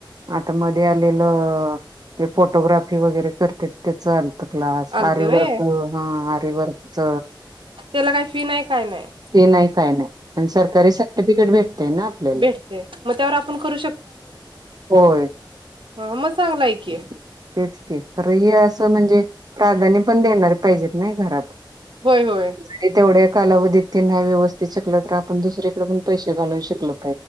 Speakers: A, on the right; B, on the right.
A: आता मध्ये आलेलं ते फोटोग्राफी वगैरे करते त्याच आ क्लास
B: आलत
A: आरवर्क
B: व्हय
A: हा आरवर्कच
B: त्याला काय फी नाही काय नाही
A: हे नाही काय नाही आणि सरकारी सर्टिफिकेट भेटते ना आपल्याला
B: भेटते मग त्यावर आपण करू
A: होय
B: हा मग चांगला आहे की
A: तेच की खर हे असं म्हणजे प्राधान्य पण देणार पाहिजेत नाही घरात
B: होय होय
A: <inaudible> तेवढ्या कालावधीत ते नाही व्यवस्थित शिकलं तर आपण दुसरीकडे पण पैसे घालवून शिकलो